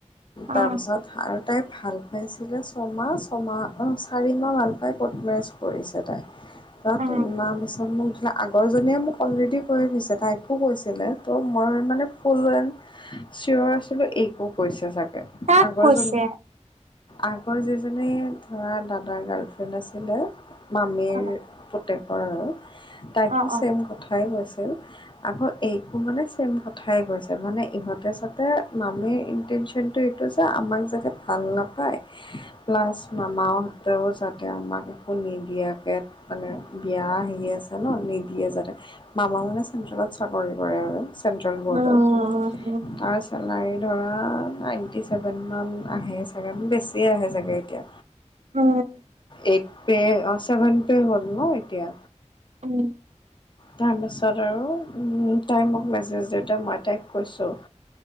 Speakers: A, on the right; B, on the left.
A: অ
B: তাৰ পিছত আৰু তাই ভাল পাইছিলে ছমাহ ছমাহ অহ চাৰিমাহ মান পাই ক'ৰ্ট মেৰেজ কৰিছে তাই <unintelligible> আগৰজনীয়ে
A: অ
B: মোক অলৰেডি কৈ দিছে তাইকো কৈছিলে ত' মই মানে ফুল ৰেণ্ড চিয়ৰ আছিলো এইকো কৈছে চাগে
A: তাক
B: আগৰ
A: কৈছে
B: জনী আগৰ যিজনী ধৰা দাদাৰ গাৰ্লফ্ৰেণ্ড আছিলে মামীৰ
A: অ
B: পুতেকৰ আৰু তাইকো
A: অ অ
B: ছেম কথাই কৈছিল আকৌ এইকো মানে ছেম কথাই কৈছে মানে ইহঁতে যাতে মামীৰ ইনটেনচন টো এইটো যে আমাক যাতে ভাল নাপায় প্লাছ মামাহঁতেও যাতে আমাক একো নিদিয়াকে মানে বিয়া আহি আছে ন নিদিয়ে যাতে মামাও মানে চেণ্ট্ৰেলত চাকৰি কৰে আৰু চেণ্ট্ৰেল বৰ্ডৰ
A: উম উম
B: তাছ চেলাৰী ধৰা নাইণ্টি চেভেনমান আহে চাগে মানে বেছিয়ে আহে চাগে না তিয়া
A: উম
B: এইট পে অ ছেভেন পে হ'ল ন এতিয়া
A: উম
B: তাৰপাছত আৰু উম তাই মোক মেছেজ দিওঁতে মই তাইক কৈছোঁ